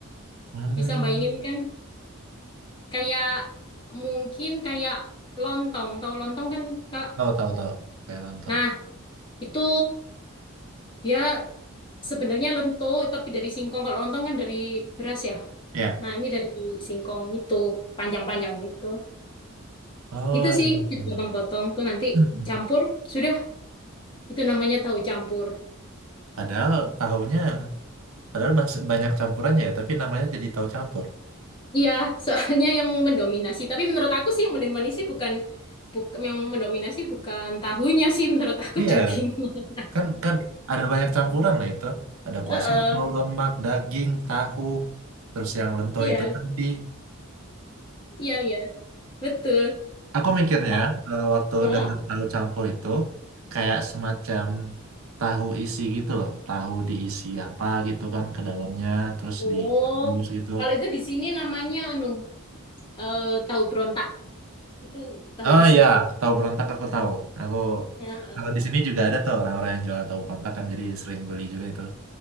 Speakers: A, on the right (about 75°); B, on the left (about 20°).
A: Hmm.
B: Bisa bayangin kan kayak mungkin kayak lontong. Tahu lontong kan Kak?
A: Tahu tahu tahu kayak lontong.
B: Nah, itu dia sebenarnya lento tapi dari singkong. Kalau lontong kan dari beras ya.
A: Ya.
B: Nah, ini dari singkong itu panjang-panjang gitu.
A: Oh
B: Gitu
A: iya
B: sih,
A: iya. iya.
B: potong potong tuh nanti
A: <clears throat> Mhm.
B: campur, sudah itu namanya tahu campur.
A: Padahal tahunya padahal masih banyak campurannya ya, tapi namanya jadi tahu campur.
B: Iya, <laughs> soalnya yang mendominasi. Tapi menurut aku sih yang mendominasi bukan bukan yang mendominasi bukan tahunya sih menurut aku
A: Iya,
B: <laughs> dagingnya.
A: kan kan ada banyak campuran lah itu. Ada
B: Heeh.
A: kuah soto, lemak, daging, tahu, terus yang lento
B: Iya,
A: itu tadi.
B: iya, iya. Betul.
A: Aku mikirnya
B: Oh,
A: eh, waktu
B: heeh.
A: dengar tahu campur itu kayak semacam tahu isi gitu loh, tahu diisi apa gitu kan ke dalamnya, terus
B: Oh.
A: direbus gitu.
B: Kalau itu di sini namanya anu eh, tahu berontak. Itu tahu
A: Oh
B: isi.
A: iya, tahu berontak aku tahu. Aku
B: Ya, eh.
A: kalau di sini juga ada tuh orang-orang yang jual tahu berontak kan jadi sering beli juga itu.